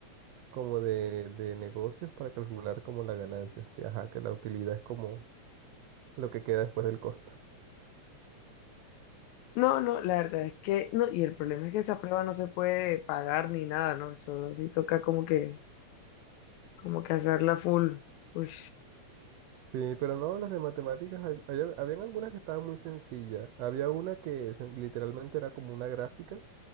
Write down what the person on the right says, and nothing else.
como de, de negocios para calcular como la ganancia, que ajá, que la utilidad es como lo que queda después del costo.
Sí, pero no, las de matemáticas, hay- hay- habían algunas que estaban muy sencillas. Había una que se- literalmente era como una gráfica